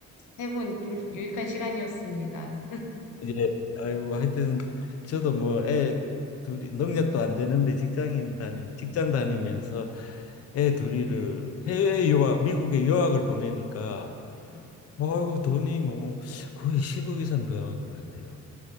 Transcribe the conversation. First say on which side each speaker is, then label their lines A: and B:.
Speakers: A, on the left; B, on the left.
A: 해본 좀 유익한 시간이었습니다.
B: 예, 아이고 하여튼 저도 뭐 애 둘이 능력도 안 되는데 직장인 다니 직장 다니면서 애 둘이를 해외 유학 미국에 유학을 보내니까
A: <laughs>
B: 아이고 돈이 뭐 거의 10억 이상 들어간 것 같아요.